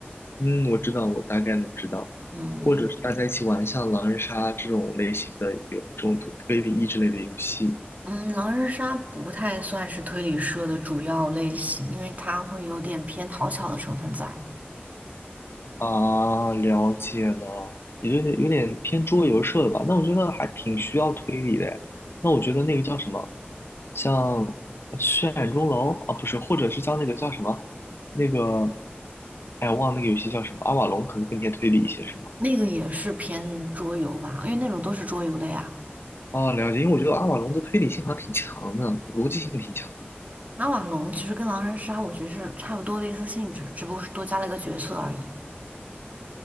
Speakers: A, on the left; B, on the right.
A: 嗯，我知道，我大概能知道，
B: 嗯
A: 或者是大家一起玩像狼人杀这种类型的有这种推推理益智类的游戏
B: 嗯，狼人杀不太算是推理社的主要类型，因为它会有点偏讨巧的成分在，
A: 啊，了解了，也有点有点偏桌游社的吧？那我觉得还挺需要推理的诶那我觉得那个叫什么，像呃血染钟楼啊，不是，或者是叫那个叫什么，那个，哎，我忘了那个游戏叫什么，阿瓦隆可能更偏推理一些，是吗？
B: 那个也是偏桌游吧，因为那种都是桌游类啊。
A: 哦，了解，因为我觉得阿瓦隆的推理性好像挺强的，逻辑性挺强的。
B: 阿瓦隆其实跟狼人杀我觉得是差不多类似性质，只不过是多加了一个角色而已。